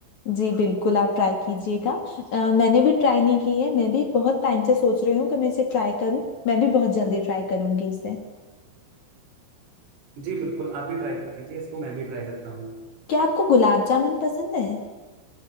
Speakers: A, on the left; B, on the right.
A: जी बिल्कुल आप ट्राई कीजिएगा अ, मैंने भी ट्राई नहीं की है मैं भी बहुत टाइम से सोच रही हूँ कि मैं इसे ट्राई करूँ मैं भी बहुत जल्दी ट्राई करूंगी इसे
B: जी बिल्कुल आप भी ट्राई कीजिए इसको मैं भी ट्राई करता हूँ
A: क्या आपको गुलाब जामुन पसंद है